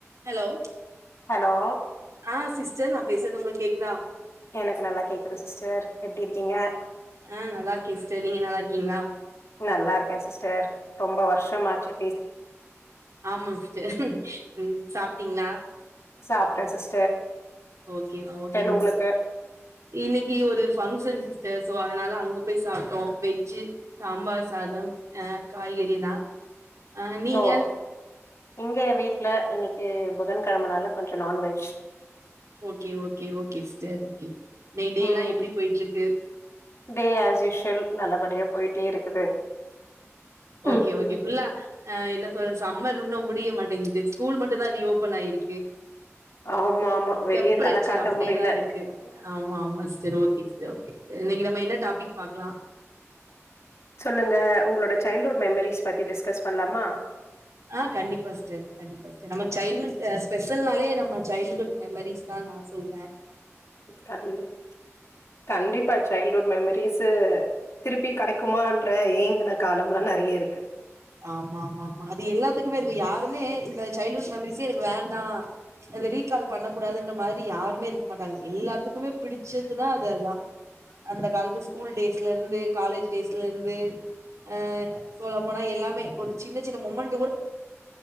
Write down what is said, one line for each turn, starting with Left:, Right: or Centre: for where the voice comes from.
Right: Hello
Left: hello
Right: ஆ sister நா பேசுறது உங்களுக்கு கேக்குதா
Left: எனக்கு நல்லா கேக்குது சிஸ்டர் எப்டி இருக்கீங்க
Right: ஆ நல்லா இருக்கே சிஸ்டர் நீங்க நல்லா இருக்கீங்களா
Left: நல்லா இருக்கே சிஸ்டர் ரொம்ப வருஷமா ஆச்சு
Right: ஆமா சிஸ்டர் ம் சாப்பிட்டீங்களா
Left: சாப்பிட்டே சிஸ்
Right: ஓகேமா ஓகேமா
Left: உங்களுக்கு
Right: இன்னிக்கு ஒரு ஃபங்ஷன் சிஸ்டர் சோ அதனால அங்க போய் சாப்புட்டோ வெஜ் சாம்பார் சாதம் அ காய்கறிலா ஆ நீங்க
Left: ஓ இங்க வீட்டு்ல இன்னைக்கு புதன் கிழமனால கொஞ்சோ non veg
Right: okay okay okay sister இன்னிக்டேலா
Left: ம்
Right: எப்பிடி போயட்ருக்கு
Left: டே ஆஸ் யூஷுவல் நல்லபடியா போயிட்டே இருக்குது
Right: ஓகே
Left: ம்
Right: ஓகே
Left: ம்
Right: ஃபுல்லா ஆ என்ன சொ சம்மர் இன்னு முடிய மாட் டேங்குது ஸ்கூல் மட்டுதா ரீஓபன் ஆயிருக்கு
Left: ஆமா ஆமா வெளிய
Right: டெம்ப்ரேச்சர்
Left: தல காட்ட
Right: அப்பிடியேதா
Left: முடியல
Right: இருக்கு ஆமா ஆமா சிஸ்டர் சேரி ஓகே சிஸ்டர் கே இன்னிக்கு நம்ம என்ன டாபிக்பாக்கலா
Left: சொல்லுங்க உங்களோட சைல்டுஹுட் மெமரீஸ் பத்தி டிஸ் க்கஸ் பண்ணலாமா
Right: ஆ கண்டிப்பா சிஸ்டர் கண்டிப்பா நமக்கு சைல்ட்ஹுட் ஸ்பெஷல் நாலே நம்ம சைல்டுஹுட் மெமரிஸ்தா நா சொல்வே
Left: கண்டி கண்டிப்பாச் சைல்டஹூட் மெமரிஸ் திருப்பி கடைக்குமன்ற ஏங்கின காலல்லா நெறைய இருக்கு
Right: ஆமா ஆமா ஆமா அது எல்லாத் த்துக்குமே இருக்கு யாருமே இந்த சைல்ட்ஹுட் பே பிரிசியருக்கு வோண்டா ரீகால் பண்ணக்க கூடாதுன்ற மாரி யாருமே இருக் தங் எல்லாத்துக்குமே பிடிச்சதுன்னா அது அதா அந்த காலத்து ஸ்கூல் டேஸ்ல இருந்து காலேஜ் டேஸ்ல இருந்து ஆ சொல்லபோனா எல்லா மெ ஒரு சின்ன சின்ன மும்மெண்